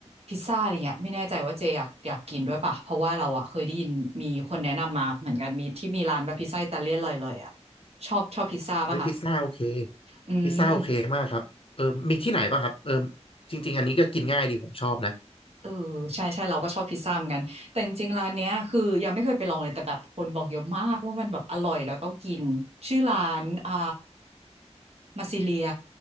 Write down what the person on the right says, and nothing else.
พิซซ่าอะไรเงี้ยไม่แน่ใจว่าเจอยากอยากกินด้วยป่ะเพราะว่าเราอะเคยได้ยินมีคนแนะนำมาเหมือนกันมีที่มีร้านแบบพิซซ่าอิตาเลียนเลยเลยอะชอบชอบพิซซ่าป่ะคะ
อืม
เออใช่ใช่เราก็ชอบพิซซ่าเหมือนกันแต่จริงๆร้านเนี้ยคือยังไม่เคยไปลองเลยแต่แบบคนบอกเยอะมากว่ามันแบบอร่อยแล้วต้องกินชื่อร้านอ่ามาซิเลีย